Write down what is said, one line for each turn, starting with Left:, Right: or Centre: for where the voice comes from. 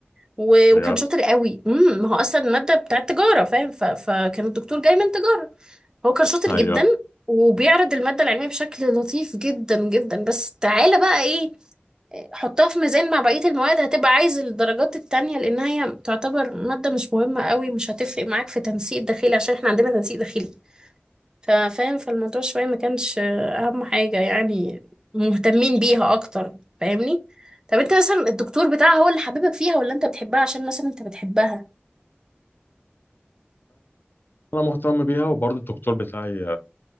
Right: و...
Left: بجد
Right: وكان شاطر قوي امم ما هو أصلا المادة بتاعت تجارة فاهم ف... فكان الدكتور جاي من تجارة هو كان شاطر
Left: أيوه
Right: جدا وبيعرض المادة العلمية بشكل لطيف جدا جدا بس تعالى بقى ايه حطها في ميزان مع بقية المواد هتبقى عايز الدرجات التانية لأنها هي تعتبر مادة مش مهمة قوي مش هتفرق معاك في تنسيق داخلي عشان احنا عندنا تنسيق داخلي ففاهم فالموضوع شوية ما كانش أهم حاجة يعني مهتمين بيها أكتر فاهمني طب انت مثلا الدكتور بتاعها هو اللي حبيبك فيها ولا انت بتحبها عشان مثلا انت بتحبها
Left: أنا مهتم بيها وبرضه الدكتور بتاعي